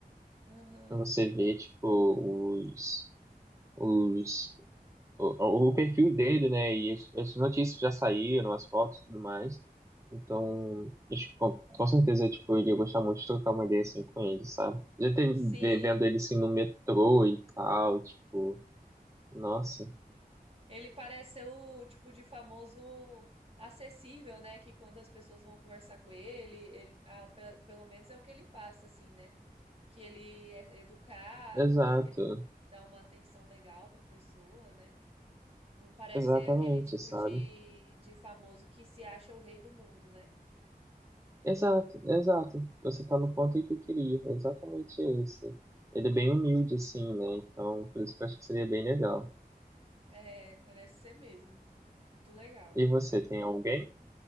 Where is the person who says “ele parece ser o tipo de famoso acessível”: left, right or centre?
Right